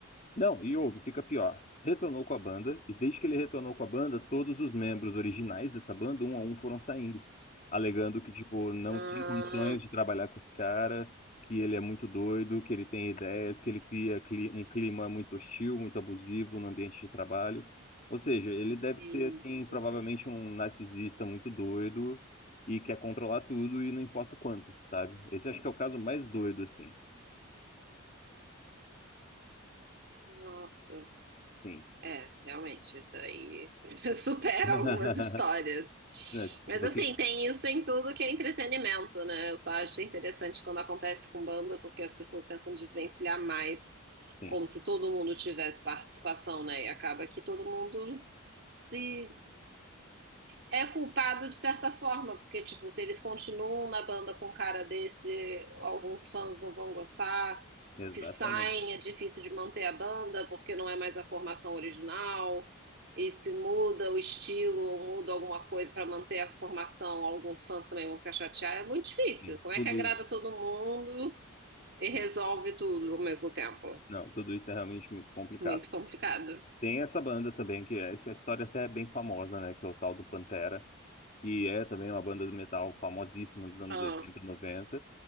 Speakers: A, on the left; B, on the right.
A: Não, e ouve, fica pior. Retornou com a banda, e desde que ele retornou com a banda, todos os membros originais dessa banda, um a um, foram saindo, alegando que, tipo, não
B: Ah,
A: tem condições de trabalhar com esse cara, que ele é muito doido, que ele tem ideias, que ele cria cli- um clima muito hostil, muito abusivo no ambiente de trabalho. Ou seja, ele deve
B: que
A: ser, assim,
B: isso.
A: provavelmente um narcisista muito doido e quer controlar tudo e não importa o quanto, sabe? Esse acho que é o caso mais doido, assim.
B: Nossa.
A: Sim.
B: É, realmente, isso aí <laughs> supera
A: <laughs>
B: algumas histórias.
A: Né, Se
B: Mas
A: você.
B: assim, tem isso em tudo que é entretenimento, né? Eu só acho interessante quando acontece com banda, porque as pessoas tentam desvencilhar mais,
A: Sim.
B: como se todo mundo tivesse participação, né? E acaba que todo mundo se é culpado de certa forma, porque tipo, se eles continuam na banda com um cara desse, alguns fãs não vão gostar
A: Exatamente.
B: se saem, é difícil de manter a banda porque não é mais a formação original. E se muda o estilo ou muda alguma coisa para manter a formação, alguns fãs também vão ficar chateados. É muito difícil.
A: Sim.
B: Como
A: Tudo
B: é que agrada
A: isso.
B: todo mundo e
A: Sim.
B: resolve tudo ao mesmo tempo?
A: Não, tudo isso é realmente muito complicado.
B: Muito complicado.
A: Tem essa banda também, que é- essa história até é bem famosa, né? Que é o tal do Pantera, que é também uma banda de metal famosíssima dos anos
B: Ah,
A: oitenta noventa